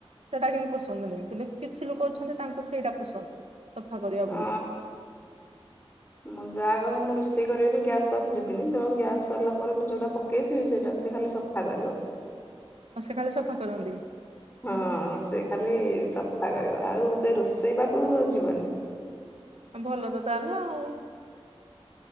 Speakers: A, on the right; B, on the left.
A: ସେଟା କିନ୍ତୁ ପସନ୍ଦ ନାହିଁ କିନ୍ତୁ କିଛି ଲୋକ ଅଛନ୍ତି ତାଙ୍କୁ ସେଇଟା ପସନ୍ଦ କରିବା
B: ହଁ
A: ବହୁତ
B: ମୋ ଯା କହିବ ମୋ ରୋଷ ସେ କରିବିନି ଗ୍ୟାସ ପାଖକୁ ଯିବିନି ତେଣୁ ଗ୍ୟାସ ସରିଲା ପରେ ମୁଁ ଯୋଉଟା ପକେଇଥିବି ସେଇଟାକୁ ସେ ଖାଲି ସଫା କରିବ।
A: ମ ସେ ଖାଲି ସଫା କରନ୍ତି।
B: ହଁ ସେ ଖାଲି ସଫା କରିବ ଆଉ ସେ ରୋଷେଇ ପାଖକୁ ଯିବନି।
A: ଭଲ ତ ତାହେଲେ ଆଉ